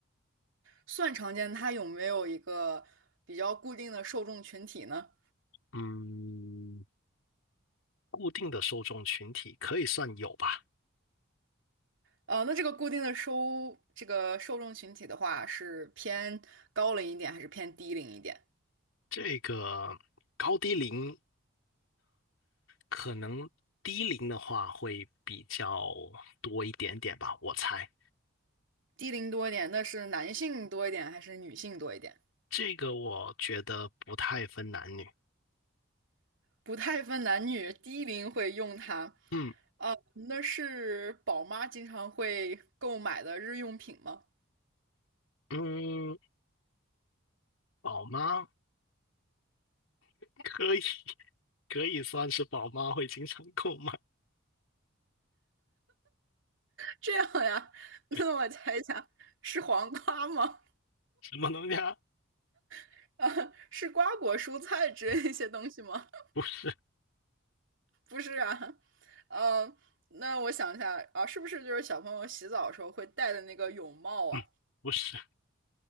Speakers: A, on the right (about 70°); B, on the left (about 80°).
A: 算常见。它有没有一个比较固定的受众群体呢？
B: 嗯，固定的受众群体可以算有吧，
A: 呃，那这个固定的收这个受众群体的话，是偏高龄一点还是偏低龄一点？
B: 这个高低龄。可能低龄的话会比较多一点点吧，我猜。
A: 低龄多一点，那是男性多一点还是女性多一点？
B: 这个我觉得不太分男女。
A: 不太分男女，低龄会用它。
B: 嗯
A: 啊，那是宝妈经常会购买的日用品吗？
B: 嗯，宝妈可以可以算是宝妈会经常购买，
A: 这样呀，<laughs>
B: 对，
A: 那我猜一下，是黄瓜吗？
B: 什么东西啊？
A: <laughs> 啊，是瓜果蔬菜之类的一些东西吗？
B: 嗯
A: <laughs>
B: 不是，
A: 不是啊，呃，那我想一下啊，是不是就是小朋友洗澡的时候会戴的那个泳帽啊？
B: 嗯，不是，